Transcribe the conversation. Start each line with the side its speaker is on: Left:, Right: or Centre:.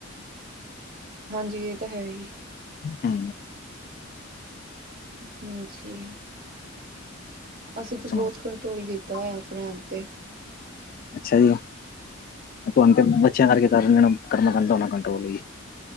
Right: ਹਾਂਜੀ, ਇਹ ਤਾਂ ਹੈ ਹੀ।
Left: ਹੂ
Right: ਹਾਂਜੀ।
Left: ਹੋਰ
Right: ਅਸੀਂ ਤਾਂ
Left: ਸੁਣਾਓ
Right: ਬਹੁਤ
Left: ਜੀ
Right: ਕੰਟਰੋਲ ਕੀਤਾ ਹੋਇਆ। ਆਪਣੇ ਆਪ 'ਤੇ
Left: ਅੱਛਾ ਜੀ। ਤੁਹਾਨੂੰ ਬੱਚਿਆਂ ਕਰਕੇ ਕਰਨਾ ਪੇਂਦਾ ਹੋਣਾ ਕੰਟਰੋਲ ਜੀ।